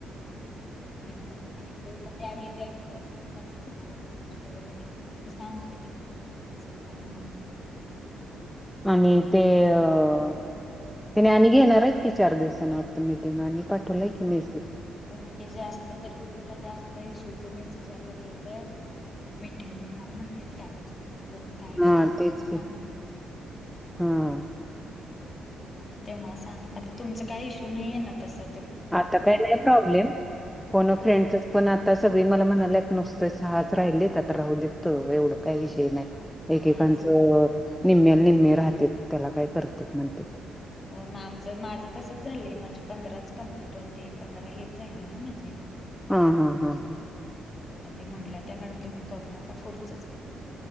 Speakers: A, on the left; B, in the centre.
A: बकुल ह मग त्यावेळी त्या विचारत होत ना कुणाला काहीनॉय वगैरे म तुमही सांगशील की मी सभय म्हणा
B: आणि ते अ त्याने आणि घेणार आहेत ती चार दिवसांना वाटत मटंग आणि पाठवलंय की मेसेज
A: हो म्हणजे जास्त तर ग्रुपला जास्त इश्यूचे मेसेज आलागले तर मीटिंग घेणार म्हणजे त्यात ज काय विश्वा
B: हा
A: असेल
B: तेच
A: तो
B: की
A: सांगा म
B: हा
A: तेव्हा सांग आता तुमच काय इशू नाहीये ना तस
B: आता काही नाही प्रॉब्लेम पण
A: हा
B: फ्रेंडच पण आता स त मला म्हणाला नुसतं सहाच राहिले आता राहू देत एवढं काही विषय नाही एकेकांचं
A: नाहीच की
B: निम्म्याला निम्मे राहते त्याला काय करते म्हणते
A: होग आमचं माझं तसच झालंय माझे पंधराच कं्प्लीट होते पंधरा हेच झाले ना म्हजे
B: हा हा हा हा
A: मग ते म्हणलं त्या मॅडम तुम्ही करू नका पुढचच